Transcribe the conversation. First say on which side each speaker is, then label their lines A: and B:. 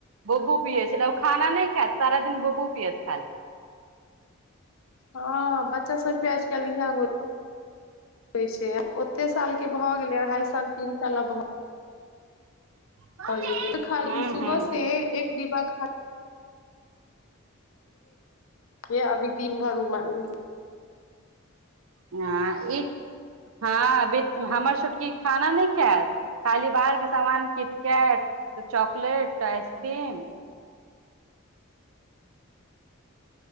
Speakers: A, on the right; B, on the left.
A: बबू पियए छलै ओ खाना नहि खायत सार दिन बबू पियत खाली
B: हँ बच्चा सबके आजकल इह हो होइ छै ओते सालके भऽ गेलै अढ़ाइ साल तीन साल अ भऽ गेल
A: हूँ
B: भ जेतै ख सुबह
A: हूँ
B: से एक डिब्बा खा के अभी दिन भर उमर उम
A: ह ई हँ हमर छोटकि खाना नहि खायत खाली बाहरके सामान किटकेैट त चॉकलेट त आइसक्रीम <inaudible>